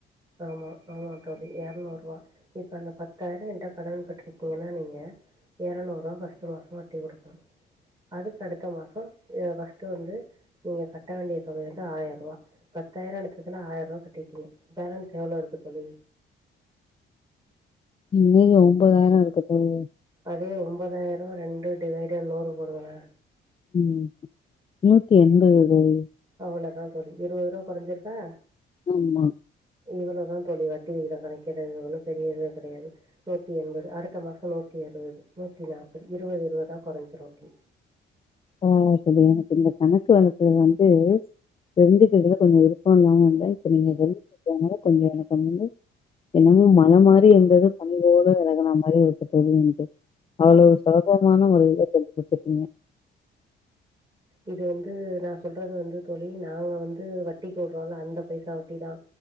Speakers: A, on the right (about 20°); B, on the left (about 30°).
A: ஆமா ஆமா தோழி எரநூறு ரூவா இப்ப அந்த பத்தாயிரோ என்கிட்ட கடன் பட்டிருக்கீங்கன்னா நீங்க எரநூறு ரூவா ஃபர்ஸ்ட் மாசோ வட்டி குடுக்கனு அதுக்கு அடுத்த மாசோ ஃபஸ்ட்டு வந்து நீங்க கட்ட வேண்டிய தொக வந்து ஆயிர ரூவா பத்தாயிரோ எடுத்ததுல ஆயிர ரூவா கட்டிட்டீங்க பேலன்ஸ் எவ்ளோ இருக்கு தோழி
B: மீதி ஒன்பதாயிரோ இருக்கு தோழி
A: அதே ஒன்பதாயிரோ ரெண்டு டிவைடேட் நூறு போடுங்களே
B: ம் நூத்தி எண்பது தோழி
A: அவ்ளோதா தோழி இருவது ரூவா கொறஞ்சிருக்கா
B: ஆமா
A: இவ்ளோதா தோழி வட்டி விகத கணக்கீடு இதுல ஒன்னு பெரிய இதுலா கெடையாது நூத்தி எண்பது அடுத்த மாசொ நூத்தி அறுவது நூத்தி நாப்பது இருவது இருவதா கொறைஞ்சிரு அப்டியே
B: ஆ தோழி எனக்கு இந்த கணக்கு வழக்குகள் வந்து தெரிஞ்சுக்கிறதுல கொஞ்சொ விருப்பொ இல்லாம இதோ இப்ப நீங்க சொல்லி குடுத்ததுனால கொஞ்சொ எனக்கு வந்து என்னமோ மல மாரி ரி இந்தது பனி போல வெலகுனா மாரி இருக்கு தோழி என்க்கு அவ்ளோ சுலபமான முறையில சொல்லி குடுத்துருக்கீங்க
A: இது வந்து நா சொல்றது வந்து தோழி நாங்க வந்து வட்டிக்கு விடுறோல அந்த பைசா வட்டிதா